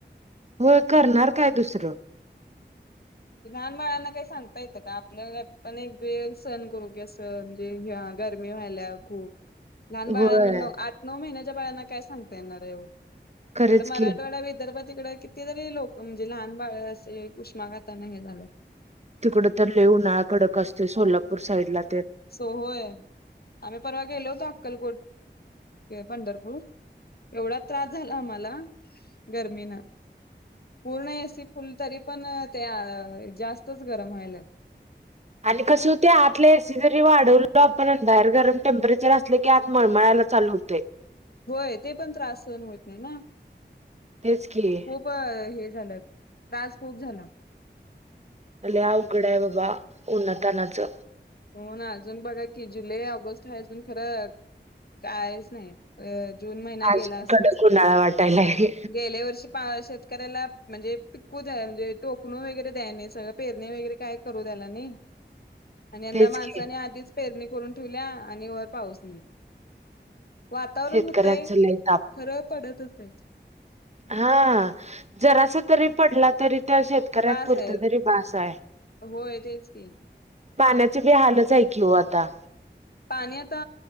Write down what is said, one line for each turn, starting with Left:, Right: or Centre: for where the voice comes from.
Right: होय करणार काय दुसरं
Left: लहान मुलांना काही सांगता येतं का आपल्याला पण एक वेळ सण कररोग्या अस म्हणजे ह्या गरमी व्हायल्या खूप लहान बाळांना
Right: होय
Left: आठ नऊ महिन्याच्या बाळांना काय सांगता येणार आहे
Right: खरंच
Left: तिकड मराठवाडा
Right: की
Left: विदर्भ तिकडे किती तरी लोक म्हणजे लहान बाळ असे उष्माघात ता हे झालं
Right: तिकड तर लय ना कडक असते सोलापूर साईड ला
Left: सो होय आम्ही परवा गेलो होतो अक्कलकोट पंढरपूर एवढा त्रास झाला आम्हाला गर्मीन पूर्ण एसी फुल तरी पण ते जास्तच गरम व्हायल
Right: आणि कसं होते आतला एसी जरी वाढवलो आपण बाहेर गरम टेम्परेचर असले की आत मळमळालाच चालू होतेय
Left: होय ते पण त्रास सहं होत नाही ना
Right: तेच की
Left: खूप हे झाल त्रास खूप झाला
Right: आल्या अवघड आहे बाबा उन्हातानाचं
Left: हो ना अजून बघा की जुलै ऑगस्ट ह अजून खरं कायच नाही अ जून महिना गेला
Right: आज
Left: असाच
Right: कडक उन्हाळा वाटायलाय
Left: गेल्या वर्षी पार करायला म्हणजे पिकू द्या म्हणजे टोकणू वगैरे द्या सगळं पेरणे वगैरे काय करू द्यायला नाही <inaudible> आणि यंदा
Right: तेच
Left: माणसानी
Right: की
Left: आधीच पेरणी करून ठेवल्या आणि वर पाऊस नाही वातावरण
Right: शेतकऱ्यांचं
Left: होतय
Right: लय ताप.
Left: खरं पडत होतय
Right: हा जरासा तरी पडला तरी त्या शेतकऱ्यां
Left: बास
Right: पुरत
Left: आहे
Right: तरी बास आहे
Left: होय तेच की
Right: पाण्याचे बी हालच आहे की ओ आता
Left: पाणी आता